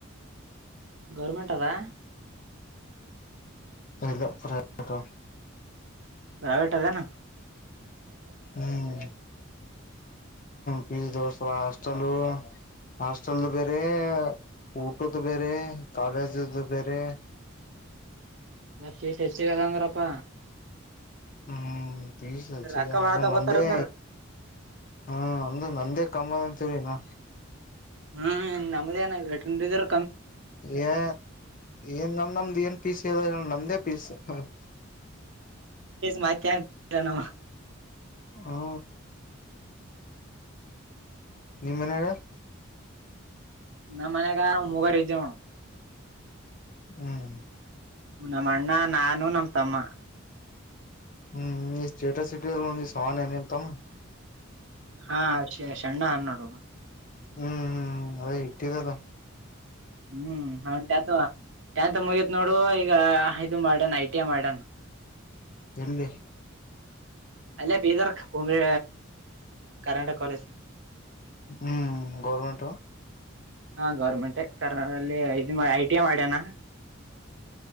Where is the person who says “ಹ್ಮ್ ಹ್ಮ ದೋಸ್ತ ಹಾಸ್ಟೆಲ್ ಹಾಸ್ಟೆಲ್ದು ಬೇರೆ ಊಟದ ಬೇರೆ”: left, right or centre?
Left